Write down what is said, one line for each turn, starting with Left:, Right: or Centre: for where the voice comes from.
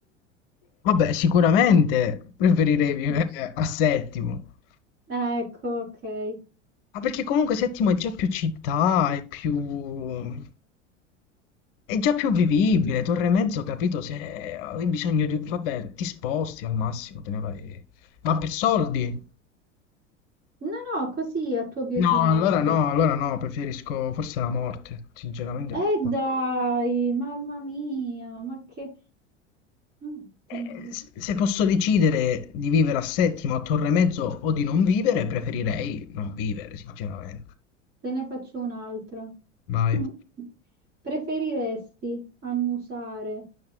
Left: Vabbè, sicuramente preferirei vivere
Right: Mm.
Left: a Settimo.
Right: Ah, Ecco, ok.
Left: Ma perché comunque Settimo è già più città, è più... è già più vivibile. Torre Mezzo, capito, se hai bisogno di... Vabbè, ti sposti al massimo, te ne vai... Ma per soldi?
Right: No, no, così a tuo piacimento.
Left: No, allora no, allora no, preferisco forse la morte, sinceramente.
Right: Eh
Left: per-
Right: dai, mamma mia, ma che... Oddio.
Left: Eh, s- se posso decidere di vivere a Settimo, a Torre Mezzo o di non vivere, preferirei non vivere, sinceramente.
Right: Te ne faccio un'altra. <laughs>
Left: Vai.
Right: Mm. Preferiresti annusare